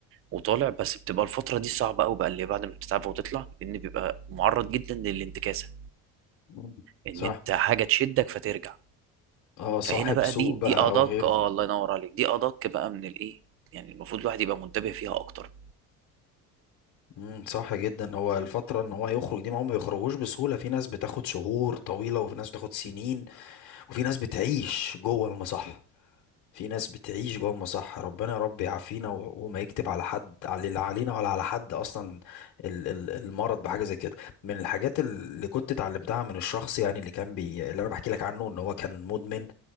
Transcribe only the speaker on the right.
وطالع بس بتبقى الفتره دي صعبه قوي بقى اللي بعد ما بتتعافى وتطلع لان بيبقى معرض جدا للانتكاسه
ان
انت حاجه تشدك فترجع
فهنا بقى
دي دي
ادق
اه الله ينور عليك دي ادق بقى من الايه يعني المفروض الواحد يبقى منتبه فيها اكتر